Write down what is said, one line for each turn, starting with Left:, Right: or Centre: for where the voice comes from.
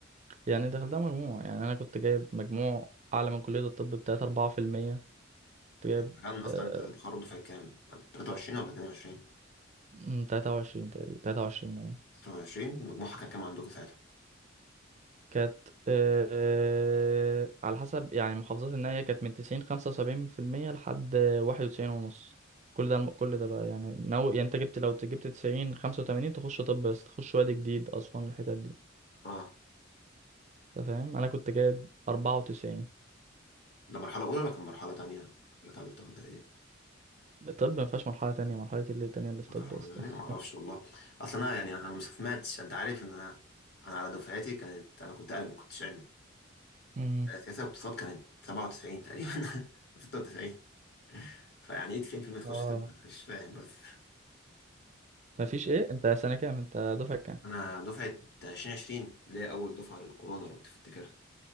Right: يعني دخلتها مجموع يعني انا كنت جايب مجموع اعلى من كليه الطب ب 3 4% كنت جايب
Left: انت كان اصلا
Right: آه،
Left: انت تخرج دفعة كام 23 ولا 22
Right: مم، 23 تقريبا 23
Left: 23 مجموعها كان كام عندكم ساعتها
Right: كانت آه، على حسب يعني محافظات النهاية كانت من تسعين خمسة وسبعين في المية لحد واحد وتسعين ونص كل ده كل ده بقى يعني نو يعني انت جبت لو جبت تسعين خمسة وتمانين تخش طب بس تخش وادي جديد أسوان الحتت دي
Left: اه
Right: انت فاهم أنا كنت جايب أربعة وتسعين
Left: ده مرحلة أولى ولا كان مرحلة تانية ولا تالتة ولا إيه؟
Right: طب مفيهاش مرحلة تانية مرحلة اللي التانية اللي في
Left: ما
Right: طب
Left: فيهاش مرحلة
Right: يا اسطى
Left: تانية
Right: <laughs>
Left: ما أعرفش والله أصلا أنا يعني أنا ما سمعتش أنت عارف إن أنا أنا على دفعتي كانت أنا كنت قلم ما كنتش علم
Right: مم.
Left: سياسة واقتصاد كانت 97 تقريبا <laughs> 96 فيعني إيه 90% تخش
Right: اه
Left: طب أنا مش فاهم بس
Right: مفيش ايه انت سنة كام انت دفعة كام
Left: انا دفعه 2020 اللي هي اول دفعه للكورونا لو تفتكرها